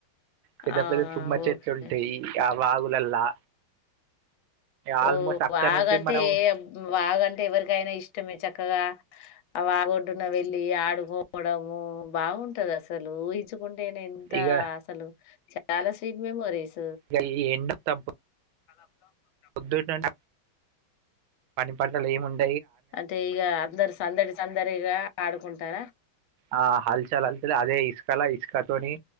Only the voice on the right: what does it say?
పెద్ద
పెద్ద తుమ్మా చెట్లుంటాయి
వాగులల్లా ఆల్మోస్ట్
అక్కడ
నుంచి మనం
ఇక
ఇయల ఈ ఎండ చంపు
పొద్దుటెండ వాట్లల్లా ఏం ఉండ్
ఆ హల్చల్ హల్చల్ అదే ఇసుకలా ఇసుకతోనీ.